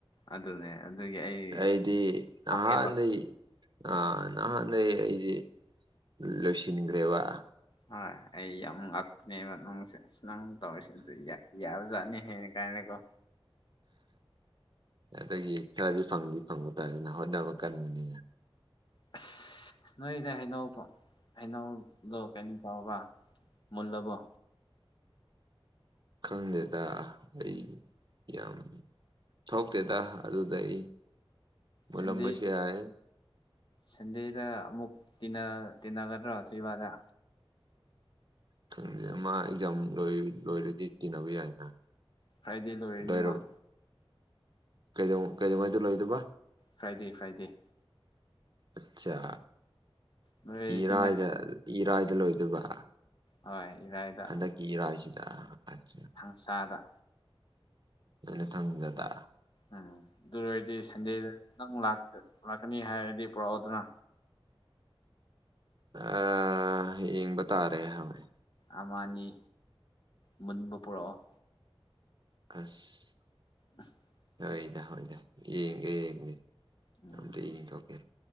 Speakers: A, on the left; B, on the right.
A: ꯑꯗꯨꯅꯦ ꯑꯗꯨꯒꯤ ꯑꯩ
B: ꯑꯩꯗꯤ ꯅꯍꯥꯟꯗꯩ
A: ꯉꯥꯛꯑꯦꯕ
B: ꯑꯥ ꯅꯍꯥꯟꯗꯩ ꯑꯩꯗꯤ ꯂꯣꯏꯁꯤꯟꯒ꯭ꯔꯦꯕ꯫
A: ꯍꯣꯏ ꯑꯩ ꯌꯥꯝ ꯉꯥꯛꯅꯦꯕ ꯅꯨꯡꯁꯦ ꯑ ꯅꯪ ꯇꯧꯔꯤꯁꯦ ꯑꯗꯨ ꯌꯥ ꯌꯥꯕꯖꯥꯠꯅꯤ ꯍꯦ꯫ ꯀꯥꯏꯅꯀꯣ
B: ꯑꯗꯒꯤ ꯈꯔꯗꯤ ꯐꯪꯗꯤ ꯐꯪꯕ ꯇꯥꯔꯦꯅ ꯍꯣꯠꯅꯕ ꯀꯟꯕꯅꯤꯅ꯫
A: ꯑꯁ ꯅꯣꯏꯗ ꯍꯩꯅꯧ ꯍꯩꯅꯧꯗꯣ ꯀꯩꯅꯣ ꯇꯥꯎꯕ ꯃꯨꯜꯂꯕꯣ꯫
B: ꯈꯪꯗꯦꯗ ꯑꯩ ꯌꯥꯝ꯫ ꯊꯣꯛꯇꯦꯗ ꯑꯗꯨꯗ ꯑꯩ ꯃꯨꯜꯂꯝꯕꯁꯨ
A: ꯁꯟꯗꯦ
B: ꯌꯥꯏ꯫
A: ꯁꯟꯗꯦꯗ ꯑꯃꯨꯛ ꯇꯤꯅ ꯇꯤꯟꯅꯒꯗ꯭ꯔꯣꯊꯣꯏꯕꯗ꯫
B: ꯈꯪꯗꯦ ꯃꯥ ꯑꯦꯛꯖꯥꯝ ꯂꯣꯏ ꯂꯣꯏꯔꯗꯤ ꯇꯤꯟꯅꯕ ꯌꯥꯏꯅ꯫
A: ꯐ꯭ꯔꯥꯗꯩ ꯂꯣꯏꯔꯅꯤꯃ꯫
B: ꯂꯣꯏꯔꯕ ꯀꯩꯗꯧ ꯀꯩꯗꯧꯉꯩꯗ ꯂꯣꯏꯗꯕ
A: ꯐ꯭ꯔꯥꯏꯗꯦ ꯐ꯭ꯔꯥꯏꯗꯦ
B: ꯑꯆꯥ
A: ꯅꯣꯏ
B: ꯏꯔꯥꯏꯗ
A: ꯇꯤꯟꯅꯔ
B: ꯏꯔꯥꯏꯗ ꯂꯣꯏꯗꯣꯏꯕ
A: ꯍꯣꯏ ꯏꯔꯥꯏꯗ
B: ꯍꯟꯗꯛꯀꯤ ꯏꯔꯥꯏꯁꯤꯗ ꯑꯠꯆ꯫
A: ꯁꯥꯗ
B: ꯑꯗꯨꯅ ꯊꯪꯖꯗ
A: ꯎꯝ ꯑꯗꯨ ꯑꯣꯏꯔꯗꯤ ꯁꯟꯗꯦꯗ ꯅꯪ ꯂꯥꯛꯇ ꯂꯥꯛꯀꯅꯤ ꯍꯥꯏꯔꯗꯤ ꯄꯨꯔꯛꯑꯣꯗꯅ꯫
B: ꯑ ꯌꯦꯡꯕ ꯇꯥꯔꯦ ꯍꯥꯏ
A: ꯑꯃꯅꯤ ꯃꯨꯟꯕ ꯄꯨꯔꯛꯑꯣ
B: ꯈꯁ
A: ꯑ <unintelligible>
B: ꯍꯣꯏꯗ ꯍꯣꯏꯗ ꯌꯦꯡꯒꯦ ꯌꯦꯡꯒꯦ
A: ꯎꯝ
B: ꯑꯝꯇ ꯌꯦꯡꯊꯣꯛꯀꯦ